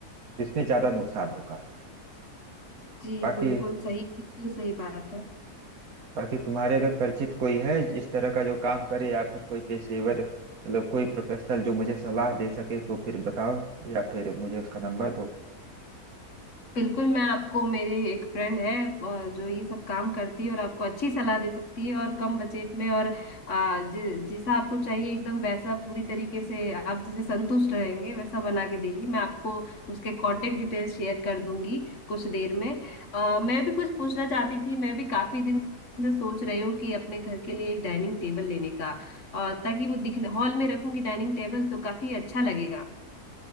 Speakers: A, on the right (about 70°); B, on the left (about 50°).
A: इसमें ज्यादा नुकसान होगा
B: जी
A: बाकी
B: बिल्कुल सही बिल्कुल सही बात है
A: बाकी तुम्हारे अगर परिचित कोई है इस तरह का जो काम करे या फिर कोई पेशेवर मतलब कोई प्रोफेशनल जो मुझे सलाह दे सके तो फिर बताओ या फिर मुझे उसका नंबर दो
B: बिल्कुल मैं आपको मेरे एक फ्रेंड है अ, जो ये सब काम करती है और आपको अच्छी सलाह दे सकती है और कम बजट में और अ, जि, जैसा आपको चाहिए एकदम वैसा पूरी तरीके से आप जिसे संतुष्ट रहेंगे वैसा बना के देगी मैं आपको उसके कांटेक्ट डिटेल्स शेयर कर दूंगी कुछ देर में अ, मैं भी कुछ पूछना चाहती थी मैं भी काफी दिन से सोच रही हूँ कि अपने घर के लिए एक डाइनिंग टेबल लेने का अ, ताकि वो दिखने हॉल में रखूंगी डाइनिंग टेबल तो काफी अच्छा लगेगा